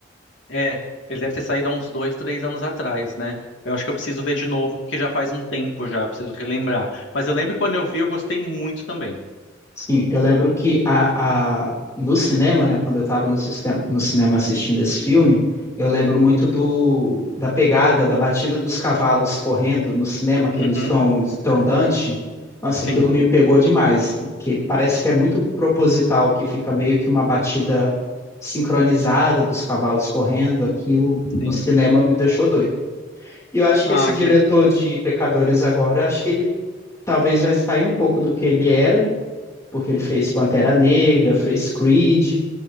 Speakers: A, on the left; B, on the left.
A: É, ele deve ter saído há uns dois, três anos atrás, né? Eu acho que eu preciso ver de novo, porque já faz um tempo já, preciso relembrar. Mas eu lembro que quando eu vi, eu gostei muito também.
B: Sim, eu lembro que a, a, no cinema, né, quando eu estava no, sistema- no cinema assistindo esse filme, eu lembro muito do, da pegada, da batida dos cavalos correndo no cinema, aquele
A: Uhum,
B: som estrondante. Nossa,
A: sim,
B: aquilo me pegou demais, que parece que é muito proposital, que fica meio que uma batida sincronizada dos cavalos correndo. Aquilo
A: sim.
B: no cinema me deixou doido. E eu acho
A: Ah,
B: que esse diretor
A: que
B: de Pecadores agora, acho que ele talvez vai sair um pouco do que ele era porque ele fez Pantera Negra, fez Creed.